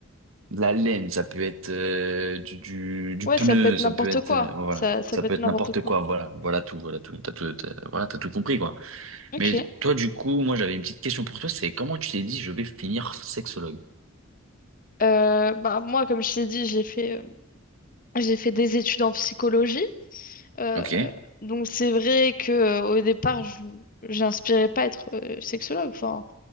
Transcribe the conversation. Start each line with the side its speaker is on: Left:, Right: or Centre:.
Right: de la laine, ça peut être euh, du, du, du
Left: Ouais,
Right: pneu,
Left: ça peut être
Right: ça
Left: n'importe
Right: peut être
Left: quoi.
Right: euh, bon, voilà,
Left: Ça, ça
Right: ça
Left: peut
Right: peut
Left: être
Right: être
Left: n'importe
Right: n'importe
Left: quoi.
Right: quoi, voilà, voilà tout, voilà tout, t'as tout, t'as- voilà, t'as tout compris quoi.
Left: Ok.
Right: Mais toi du coup, moi j'avais une petite question pour toi, c'est comment tu t'es dit je vais finir sexologue?
Left: Euh, bah moi, comme je t'ai dit, j'ai fait, euh, j'ai fait des études en psychologie. Euh,
Right: Ok,
Left: donc c'est vrai que euh, au départ, je j'inspirais pas à être euh, sexologue. Enfin,